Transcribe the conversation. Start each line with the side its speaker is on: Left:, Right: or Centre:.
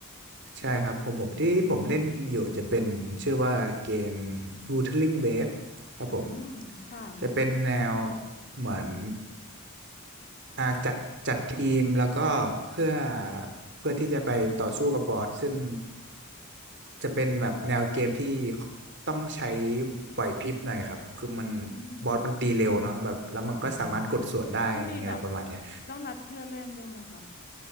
Right: ใช่ครับของผมที่ผมเล่นอยู่จะเป็นชื่อว่าเกม Wuthering Waves ครับผม
Left: อืมค่ะ
Right: จะเป็นแนวเหมือนอ่าจัดจัดทีมแล้วก็เพื่อเพื่อที่จะไปต่อสู้กับบอสซึ่งจะเป็นแบบแนวเกมที่ต้องใช้ไหวพริบหน่อยครับคือมัน
Left: อืม
Right: บอสมันตีเร็วเนาะแบบแล้วมันก็สามารถกดสวนได้ไงประมาณเนี้ย
Left: อ๋อต้องมีแบบต้องนัดเพื่อนเล่นด้วยไหมคะ